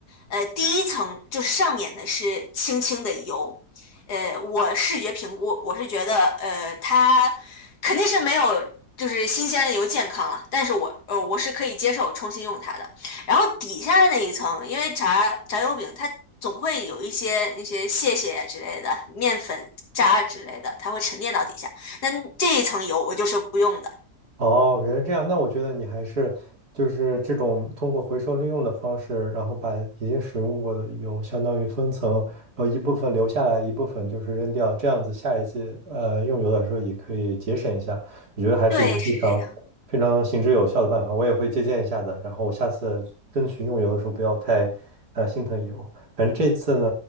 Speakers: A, on the left (about 80°); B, on the right (about 75°).
A: 呃，第一层就是上面的是轻轻的油，呃，我视觉评估，我是觉得，呃，它肯定是没有就是新鲜的油健康了，但是我呃我是可以接受重新用它的。然后底下的那一层，因为炸炸油饼它总会有一些那些屑屑之类的、面粉渣之类的，它会沉淀到底下，那这一层油我就是不用的。
B: 哦，原来这样。那我觉得你还是就是这种通过回收利用的方式，然后把已经使用过的油相当于分层，然后一部分留下来，一部分就是扔掉，这样子下一次呃用油的时候也可以节省一下。我觉得还是一个非常非常行之有效的办法，
A: 对，是这样。
B: 我也会借鉴一下的。然后我下次争取用油的时候不要太呃心疼油。反正这次呢，